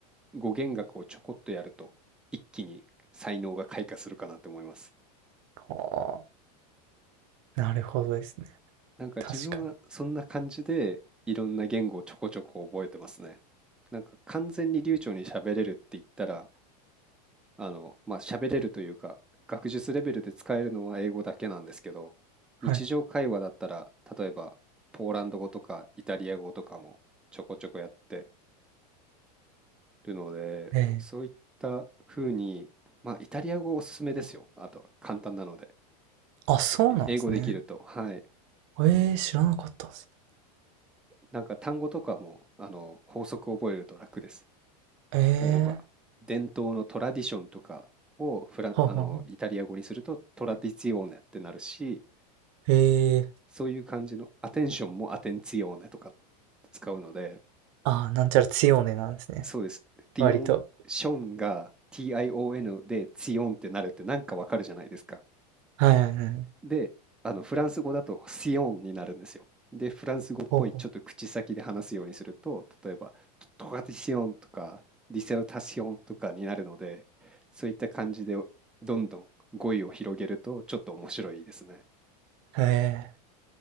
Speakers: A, in the centre; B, on the right.
A: 語源学をちょこっとやると一気に才能が開花するかなって思います。
B: あ。はあなるほどですね。
A: なんか自分はそんな感じでいろんな言語をちょこちょこ覚えてますね。
B: 確かに。
A: なんか完全に流暢に喋れるって言ったらあの、まあ、喋れるというか、学術レベルで使えるのは英語だけなんですけど、日常会話だったら、
B: はい。
A: 例えば、ポーランド語とかイタリア語とかもちょこちょこやってるので、
B: ええ
A: そういった風に、まあ、イタリア語おすすめですよ。あと、簡単なので。
B: あ、そうなんですね。
A: え英語できると、はい。
B: ええ知らなかったです。
A: なんか単語とかも、あの、法則を覚えると楽です。
B: ええー、
A: 例えば、伝統のトラディションとかをフラン、
B: はあはあはあ。
A: あの、イタリア語にするとトラディツィオーネってなるし、
B: え、
A: そういう感じのアテンションもアテンツィオーネとかって使うので、
B: ああー、なんちゃら強ねなんですね、
A: そうです。ティオンションが
B: 割と。
A: TION でツィオンってなるってなんかわかるじゃないですか。
B: はいはいはい。
A: で、あのフランス語だとシオンになるんですよ。で、フランス語っぽいちょっと口先で話すようにすると、
B: ほうほ
A: 例えばトカティシオンとかディセルタシオンとかになるので、そういった感じでどんどん語彙を広げるとちょっと面白いですね。
B: う。え、